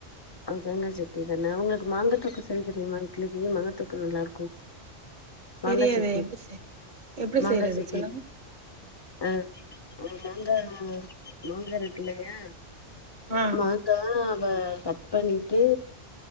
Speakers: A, on the left; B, on the right.
A: ஆ தேங்கா சட்னி தானா ஒங்களுக்கு மாங்காத்தொக்கு செய்ய தெரிமா இட்லிக்கி மாங்காத்தொக்கு நல்லாருக்கு மாங்கா
B: தெரியாது
A: சட்னி
B: எப்டி செய் எப்டி
A: மாங்கா
B: செய்றது
A: சட்னி
B: சொல்லுங்க
A: ஆ ஒரு மாங்கா மாங்கா இருக்குல்லயா
B: ம்
A: மாங்காவ கட் பண்ணிட்டு